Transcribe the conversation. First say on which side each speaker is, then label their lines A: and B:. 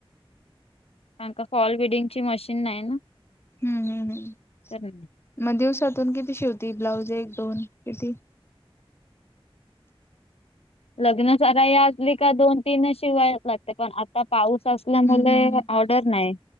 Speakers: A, on the left (about 80°); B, on the left (about 25°).
A: कारण का फॉल बिडिंग ची मशीन नाही ना.
B: हम्म हम् हम्..
A: तर नाही
B: मग दिवसा तून किती शिवती ब्लाउज एक, दोन किती?
A: लग्न सराई असली का दोन, तीनच शिवाय लागते पण आता पाऊस असल्यामुले
B: हम्म हम्म
A: ऑर्डर नाही